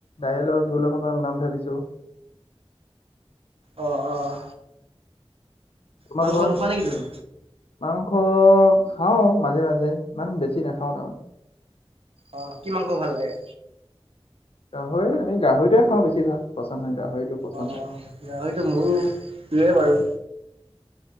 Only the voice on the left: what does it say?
দাইলৰ জোল এখনমান বনাম ভাবিছো। <unintelligible>
তোমালোক
মাংস খাওঁ মাজে মাজে ইমান বেছি নাখাওঁ তাৰমানে
গাহৰি আমি গাহৰিটোৱে খাওঁ বেছি ভাগ পচন্দ হয় গাহৰিটো পচন্দ
হয়